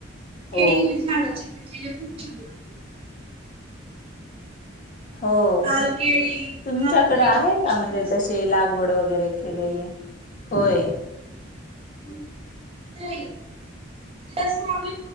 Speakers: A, on the right; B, on the left.
A: केळी
B: हो
A: झाडाचे पिठलेले खूप छानात
B: हो
A: लाल
B: हो
A: केळी
B: तुमच्याकडें
A: लाल केळी
B: आहे
A: तर खूप
B: का
A: छान
B: म्हणजे
A: असतात
B: तशी
A: आपल्याला.
B: लागवड वगैरे केलेले होय
A: हम्म नाही आप